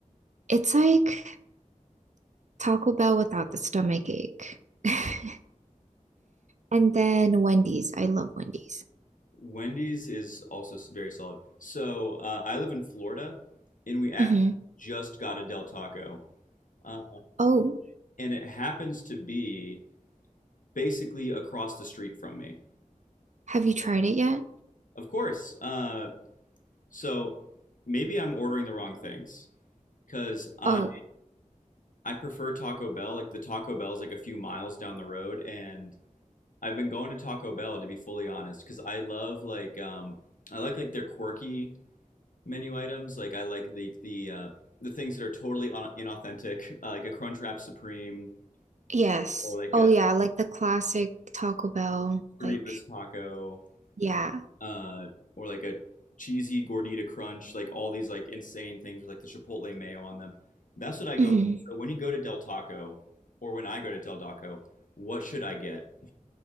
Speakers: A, on the right; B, on the left.
A: it's like Taco Bell without the stomach ache. <laughs> And then Wendy's. I love Wendy's.
B: Wendy's is also s- very solid. So, uh, I live in Florida, and we actually
A: hmm
B: just got a Del Taco, uh,
A: Oh,
B: and it happens to be basically across the street from me.
A: have you tried it yet?
B: Of course. Uh, so maybe I'm ordering the wrong things because I
A: Oh,
B: I prefer Taco Bell. Like the Taco Bell is like a few miles down the road, and I've been going to Taco Bell to be fully honest because I love like um I like like their quirky menu items. Like I like the the uh, the things that are totally un- inauthentic, uh, like a Crunchwrap Supreme
A: yes.
B: or like
A: Oh,
B: a
A: yeah, like the classic Taco Bell.
B: Doritos
A: Like,
B: taco.
A: yeah.
B: uh, or like a cheesy gordita crunch, like all these like insane things with like the chipotle mayo on them. That's what I go.
A: hmm
B: For. So when you go to Del Taco, or when I go to Del Taco, what should I get?